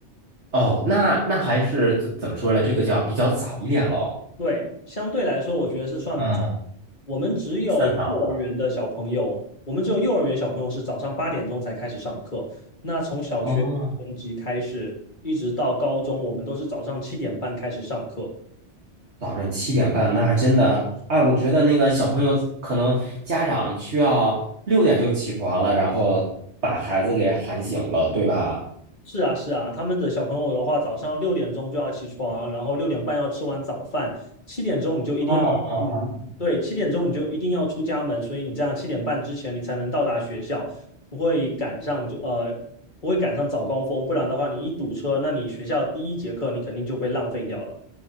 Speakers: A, on the right (about 65°); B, on the left (about 40°).
A: 哦，那那还是怎怎么说呢？这个叫比较早一点喽。
B: 对，相对来说，我觉得是算早。
A: 嗯，
B: 我们只有幼儿园的小朋友，
A: 算早的了。
B: 我们只有幼儿园小朋友是早上八点钟才开始上课。那从小学一年级开始，
A: 哦。
B: 一直到高中，我们都是早上七点半开始上课。
A: 早上七点半，那真的，哎，我觉得那个小朋友可能家长需要六点就起床了，然后把孩子给喊醒了，对吧？
B: 是啊，是啊，他们的小朋友的话，早上六点钟就要起床，然后六点半要吃完早饭，七点钟你就一定要出家门，
A: 哦
B: 对，七点钟你就一定要出家门，所以你这样七点半之前你才能到达学校，不会赶上就呃不会赶上早高峰，不然的话你一堵车，那你学校第一节课你肯定就被浪费掉了。